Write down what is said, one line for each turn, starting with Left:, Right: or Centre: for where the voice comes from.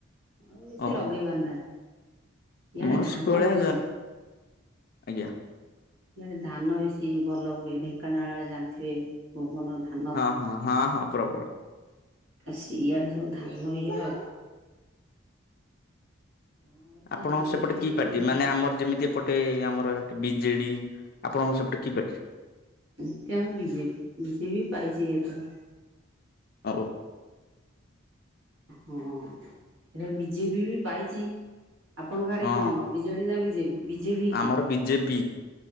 Right: ଆଉ ବେଶୀ
Left: ଓ
Right: ଲଗେଇ ପାରୁନାହାନ୍ତି, ଇଆଡେ
Left: ମୁଁ
Right: ଧାନ
Left: ସେଭଳିଆ
Right: ବେଶୀ।
Left: ଆଜ୍ଞା।
Right: ଇଆଡେ ଧାନ ବେଶୀ ଭଲ ହୁଏ, ଢେଙ୍କାନାଳ ଆଡେ ଜାଣିଥିବେ, ଭୁବନ ଧାନ
Left: ହଁ ହଁ ହଁ ପ୍ରବଳ।
Right: ସିଆଡେ ସବୁ ଧାନ ଇଏ ହଏ ଆମର ବି
Left: ଆପଣ
Right: ଧାନ
Left: ସେପଟେ
Right: ବେଶୀ
Left: କି ପାର୍ଟି?
Right: ବିଲ
Left: ମାନେ ଆମର ଯେମିତି ଏପଟେ ଆମର ଏଠି ବିଜେଡି, ଆପଣଙ୍କ ସେପଟେ କି ପାଟି?
Right: ଏଠି ଆମର ବିଜେପି, ବିିଜେପି ପାଇଚି ବି ଏଥର।
Left: ହଉ।
Right: ହଁ, ଏ ବିଜେପି ବି ପାଇଚି, ଆପଣଙ୍କ ଆଡେ
Left: ହଁ
Right: କଣ? ବିଜେଡି ନା ବିଜେପି? ବିଜେପି ହେଇଥିବ।
Left: ଆମର ବିଜେପି